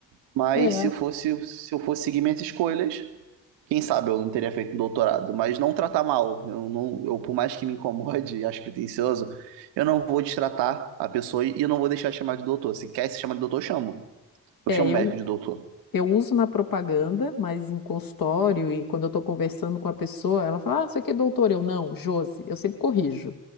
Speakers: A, on the right; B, on the left.
A: Mas
B: É. É.
A: se eu fosse, se eu fosse seguir minhas escolhas, quem sabe eu não teria feito um doutorado, mas não tratar mal. Eu não, eu, por mais que me incomode <laughs> e acho pretencioso, eu não vou destratar a pessoa e eu não vou deixar de chamar de doutor. Se quer se chamar de doutor, eu chamo. Eu
B: É,
A: chamo
B: eu,
A: o médico de doutor.
B: eu uso na propaganda, mas em consultório e quando eu tô conversando com a pessoa, ela fala, ah, isso aqui é doutor. Eu, não, Josi. Eu sempre corrijo.